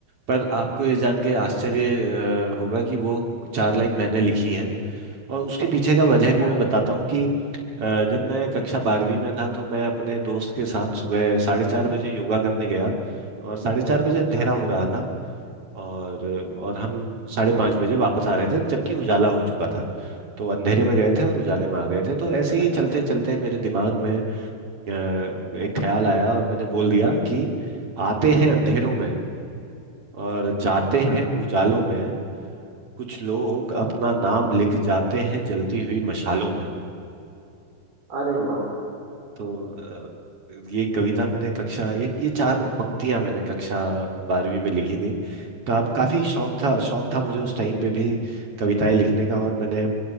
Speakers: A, on the right; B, on the right.
A: पर आपको ये जान के आश्चर्य अ, होगा कि वो चार लाइन मैंने लिखी हैं और उसके पीछे का वजह भी
B: अरे
A: मैं बताता हूँ कि अ, जब मैं कक्षा बारहवीं में था तो मैं अपने दोस्त के साथ सुबह साढ़े चार बजे योगा करने गया और साढ़े चार बजे
B: अच्छा
A: अंधेरा हो रहा था और और हम साढ़े पाँच बजे वापस आ रहे थे जबकि उजाला हो चुका था तो अंधेरे में गए थे और उजाले में आ गए थे तो ऐसे ही
B: अच्छा
A: चलते चलते मेरे दिमाग में अ, एक ख्याल आया और मैंने बोल दिया कि आते हैं अंधेरों में और जाते
B: अच्छा
A: हैं उजालों में कुछ लोग अपना नाम लिख जाते हैं जलती हुई मशालों में
B: अरे वाह
A: तो अ, ये कविता मैंने कक्षा एक ये चार पंक्तियां मैंने कक्षा बारहवीं में लिखी थी का, काफी शौक था शौक था मुझे उस टाइम पे भी कविताएं लिखने का और मैंने